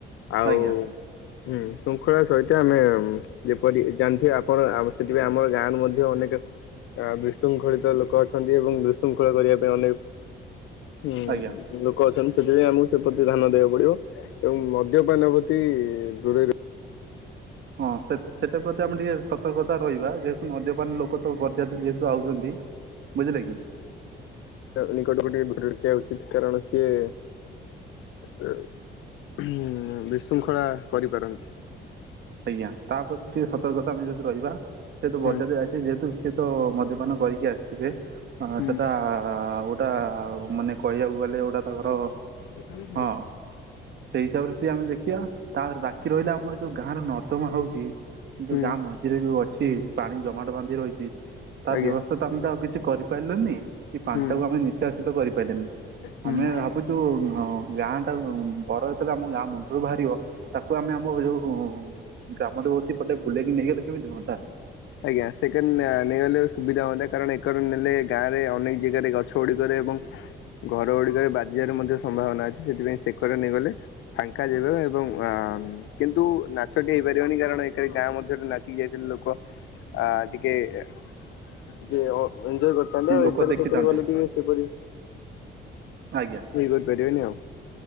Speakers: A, on the left; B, on the right.
A: ଆଉ
B: ଆଜ୍ଞା
A: ହୁଁ ଶୃଙ୍ଖଳା ସହିତ ଆମେ ଯେପରି ଜାଣିଥିବେ ଆପଣ ସେଥିପାଇଁ ଆମର ଗାଁ ରୁ ମଧ୍ୟ ଅନେକେ ଆ ବିଶୃଙ୍ଖଳିତ ଲୋକ ଅଛନ୍ତି ଏବଂ ବିଶୃଙ୍ଖଳା କରିବା ପାଇଁ ଅନେକ୍ ଉ
B: ଆଜ୍ଞା
A: ଲୋକ ଅଛନ୍ତି ସେଥିପାଇଁ ଆମକୁ ସେ ପ୍ରତି ଧ୍ୟାନ ଦବାକୁ ପଡିବ ଏବଂ ମଦ୍ୟପାନ ହଉଚି ଦୂରେରେ
B: ହଁ ସେ ସେଟା ପ୍ରତି ଆମେ ଟିକେ ସତର୍କତା ରହିବା ଯେହେତୁ ମଦ୍ୟପାନ ଲୋକ ତ ବରଯାତ୍ରୀ ଯେହେତୁ ଆଉଚନ୍ତି ବୁଝିଲେ କି?
A: ତା ନିକଟକୁ ଟିକେ ଫଟୋ ରଖିବା ଉଚିତ କାରଣ ସିଏ ଉ ହୁଁ ବିଶୃଙ୍ଖଳା କରିପାରନ୍ତି।
B: ଆଜ୍ଞା ତା ପ୍ରତି ଟିକେ ସତର୍କତା ଆମେ ଯଦି ରହିବା ଯେହେତୁ ବରଯାତ୍ରୀ
A: ହୁଁ
B: ଆ ସେ ଯେହେତୁ ସିଏତ ମଦ୍ୟପାନ କରିକି ଆସିବେ ହଁ
A: ହୁଁ
B: ସେଟା ଗୋଟା ମାନେ କହିବାକୁ ଗଲେ ଏଗୁଡା ତାଙ୍କର
A: ଦେଖାନ <unintelligible>
B: ହଁ ସେଇ ହିସାବରେ ଟିକେ ଆମେ ଦେଖିବା ତାପରେ ବାକି ରହିଲା ଆମର ଯୋଉ ଗାଁ ର ନର୍ଦମା ହଉଚି ଯୋଉ
A: ହୁଁ
B: ଗାଁ ମଝିରେ ଯୋଉ ଅଛି ପାଣି ଜମାଟ ବାନ୍ଧି ରହିଚି ତା
A: ଆଜ୍ଞା
B: ବ୍ୟବସ୍ଥା ତ ଆମେ ତ ଆଉ କିଛି କରି ପାଇିଲନି କି ପାଣିଟାକୁ
A: ହୁଁ
B: ଆମେ ନିଷ୍କାସିତ କରିପାଇଲେନି
A: ହୁଁ।
B: ଆମେ ଭାବୁଚୁ ଗାଁ ଟା <unintelligible> ଆମ ଗାଁ ମୁଣ୍ଡରୁ ବାହାରିବ ତାକୁ ଆମେ ଆମ ଯୋଉ ଗ୍ରାମ ଦେବତି ପଟେ ବୁଲେଇକି ନେଇଗଲେ କେମିତି ହୁଅନ୍ତା।
A: ଆଜ୍ଞା ସେକେନ୍ ନେଇଗଲେ ସୁବିଧା ହୁଅନ୍ତା କାରଣ ଏ କରେ ନେଲେ ଗାଁ ରେ ଅନେକ ଯିଏ ଜାରେ ଗଛ ଗୁଡିକରେ ଏବଂ ଘର ଗୁଡିକରେ ବାଜିବାର ମଧ୍ୟ ସମ୍ଭାବନା ଅଛି ସେଥିପାଇଁ ସେକରେ ନେଇଗଲେ ଫାଙ୍କା ଯିବେ ଏବଂ ଆଁନ୍ କିନ୍ତୁ ନାଚଟି ହେଇପାରିବନି କାରଣ ଏକ ଗାଁ ମଧ୍ୟରେ ନାଚିକି ଯାଇଥିଲେ ଲୋକ ଆ ଟିକେ ଟିକେ ଅ ଏନଜୟ
B: ଲୋକ ଦେଖିଥାନ୍ତେ
A: କର <unintelligible> ଗଲେ ଟିକେ ସେପରି
B: ଆଜ୍ଞା।
A: କେହି କରିପାରିବେନି ଆଉ।